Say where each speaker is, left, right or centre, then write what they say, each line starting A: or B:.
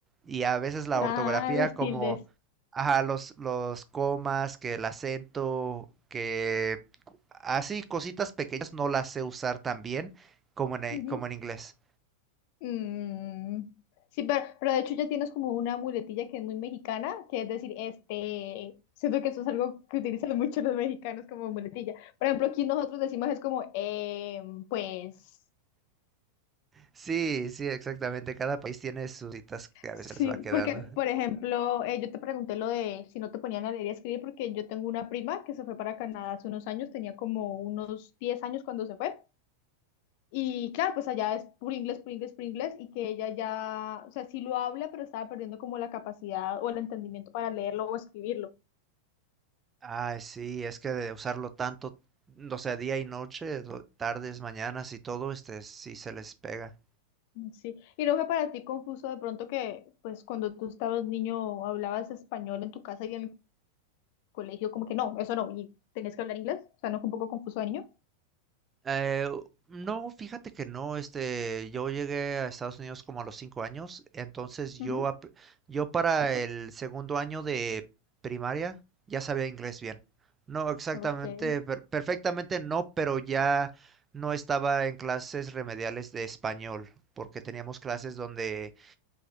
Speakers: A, on the right (about 20°); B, on the left (about 45°).
A: y a veces la
B: Ah,
A: ortografía
B: las
A: como,
B: tildes.
A: ajá, los, los comas, que el acento, que así cositas pequeñas no las sé usar tan bien como en,
B: Ujú.
A: como en inglés.
B: Mm, Sí, pero, pero de hecho ya tienes como una muletilla que es muy mexicana, que es decir, este, siento que eso es algo que utilizan <laughs> mucho los mexicanos como muletilla. Por ejemplo, aquí nosotros decimos es como, eh, pues,
A: Sí, sí, exactamente. Cada país tiene sus citas que a
B: sí,
A: veces les va quedando.
B: porque, por ejemplo, eh, yo te pregunté lo de si no te ponían a leer y a escribir, porque yo tengo una prima que se fue para Canadá hace unos años, tenía como unos 10 años cuando se fue. Y claro, pues allá es puro inglés, puro inglés, puro inglés, y que ella ya, o sea, sí lo habla, pero estaba perdiendo como la capacidad o el entendimiento para leerlo o escribirlo.
A: Ay, sí, es que de usarlo tanto, mm, o sea, día y noche, do- tardes, mañanas y todo, este, sí se les pega.
B: Mm, Sí. Y no fue para ti confuso de pronto que, pues, cuando tú estabas niño, hablabas español en tu casa y en el colegio, como que no, eso no, y tenías que hablar inglés. O sea, no fue un poco confuso de niño.
A: Eh, no, fíjate que no, este, yo llegué a Estados Unidos como a los cinco años, entonces yo,
B: Ujú.
A: ap- yo para el segundo año de primaria ya sabía inglés bien. No, exactamente,
B: Ok.
A: per- perfectamente no, pero ya no estaba en clases remediales de español, porque teníamos clases donde